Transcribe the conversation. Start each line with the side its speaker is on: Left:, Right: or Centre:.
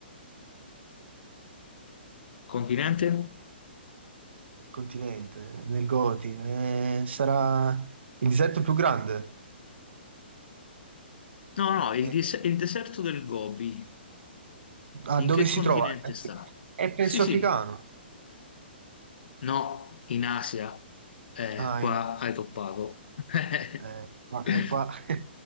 Left: Continente?
Right: il continente, nel Goti. Eh, sarà il deserto più grande?
Left: No, no, il,
Right: Eh,
Left: dis- il deserto del Gobi
Right: Ah,
Left: In
Right: dove
Left: che
Right: si
Left: continente
Right: trova?
Left: sta?
Right: È penso
Left: Sì, sì.
Right: africano.
Left: No, in Asia. Eh,
Right: Ah,
Left: qua
Right: in-
Left: hai toppato. <laughs>
Right: eh, ma è qua. <laughs>